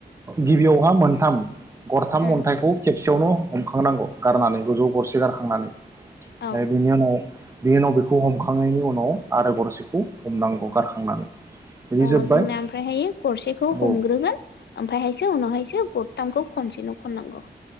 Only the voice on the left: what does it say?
उम
औ
अ
जोंना ओमफ्रायहायो गरसेखौ
हमग्रोगोन ओमफ्रायहायसो उनावहायसो गरथामखौ खनसेनो खननांगौ।